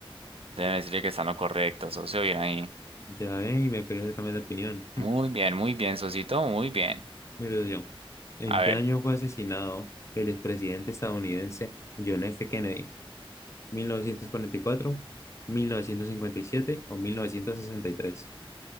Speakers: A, on the right (about 80°); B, on the left (about 30°).
A: Déjeme decirle que está en lo correcto, socio. Bien ahí.
B: Ya ve, y me quería cambiar de opinión. <laughs>
A: Muy bien, muy bien, socito. Muy bien.
B: Mire, socio, ¿en
A: A
B: qué
A: ver.
B: año fue asesinado el expresidente estadounidense John F. Kennedy? mil mil novecientos novecientos cuarenta y cuatro mil novecientos cincuenta y siete o mil novecientos sesenta y tres